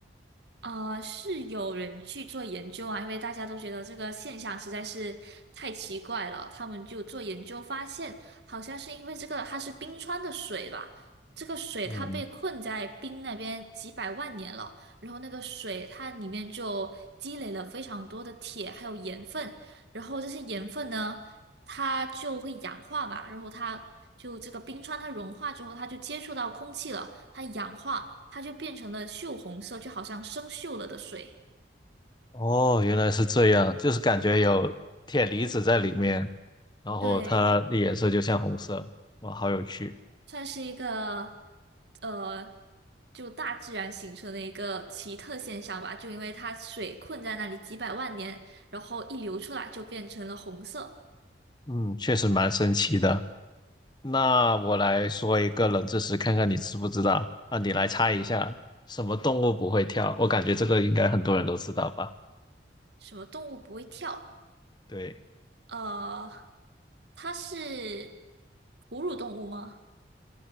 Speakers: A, on the right; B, on the left.
A: 啊，是有人去做研究啊，因为大家都觉得这个现象实在是太奇怪了，他们就做研究发现，好像是因为这个它是冰川的水吧，这个水它被困在冰那边几百万年了，
B: 嗯，
A: 然后那个水它里面就积累了非常多的铁还有盐分，然后这些盐分呢。它就会氧化吧，然后它就这个冰川它融化之后，它就接触到空气了，它氧化，它就变成了锈红色，就好像生锈了的水。
B: 哦，原来是这样，就是感觉有铁离子在里面，然后它的颜色就像红色。
A: 对，就
B: 哇，好有趣。
A: 算是一个呃，就大自然形成的一个奇特现象吧，就因为它水困在那里几百万年，然后一流出来就变成了红色。
B: 嗯，确实蛮神奇的。那我来说一个冷知识，看看你知不知道。啊，你来猜一下，什么动物不会跳？我感觉这个应该很多人都知道吧？
A: 什么动物不会跳？
B: 对，
A: 呃，它是哺乳动物吗？